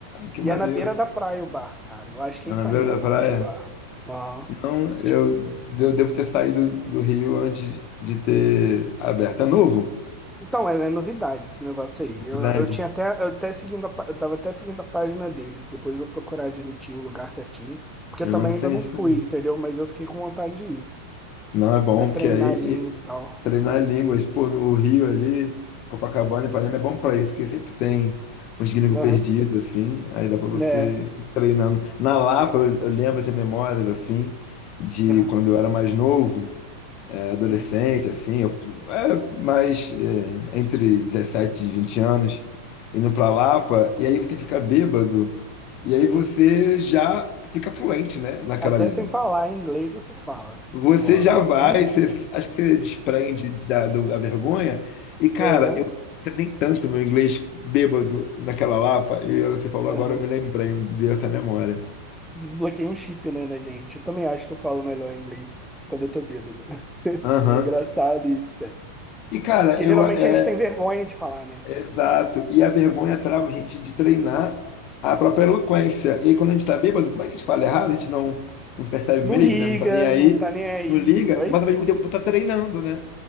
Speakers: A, on the left; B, in the centre.
A: <laughs> Que
B: E
A: maneiro.
B: é na beira da praia o bar, cara. Eu acho que
A: É
B: é Ipanema,
A: Na beira da
B: eu
A: praia?
B: acho o bar. Aham.
A: Não, eu,
B: Tipo.
A: eu devo ter saído do Rio antes de ter aberto. É novo?
B: Então, é, é novidade esse negócio aí. Eu,
A: Verdade.
B: eu tinha até. Eu, até seguindo a, pá- eu tava até seguindo a página deles. Depois eu vou procurar direitinho o lugar certinho. Porque
A: Me
B: eu também
A: manda sem
B: ainda não
A: referência.
B: fui, entendeu? Mas eu fiquei com vontade de ir.
A: Não é bom,
B: Pra
A: porque
B: treinar
A: aí.
B: línguas e tal.
A: Treinar línguas, pô, no Rio ali, Copacabana, Ipanema é bom pra isso, porque sempre tem uns gringos
B: Aham.
A: perdidos, assim, aí dá pra você
B: Né?
A: ir treinando. Na Lapa, eu, eu lembro de ter memórias, assim, de
B: Aham.
A: quando eu era mais novo, eh, adolescente,
B: Hum.
A: assim, eu, é, mais eh, entre 17 e 20 anos, indo pra Lapa, e aí você fica bêbado, e aí você
B: Uhum.
A: já fica fluente, né, naquela
B: Até
A: língua.
B: sem falar em inglês você fala, desenrola.
A: Você já vai,
B: <laughs>
A: você, acho que você desprende da, do- da vergonha. E, cara,
B: Aham.
A: eu nem tanto meu inglês bêbado naquela Lapa, e eu- você falou
B: Aham.
A: agora, eu me lembrei, me veio essa memória.
B: Desbloqueei um chip, né, na gente. Eu também acho que eu falo melhor inglês quando eu tô bêbado. <laughs>
A: Aham.
B: É engraçado isso, cara.
A: E, cara,
B: Porque
A: eu.
B: geralmente
A: É,
B: a gente tem vergonha de falar, né?
A: é exato. E a vergonha trava a gente de treinar a própria eloquência. E aí, quando a gente tá bêbado, como é que a gente fala errado? A gente não, não percebe
B: Não
A: mesmo,
B: liga,
A: né? Não tá nem aí,
B: não tá nem aí,
A: não liga,
B: mas
A: mas ao mesmo tempo tá treinando, né?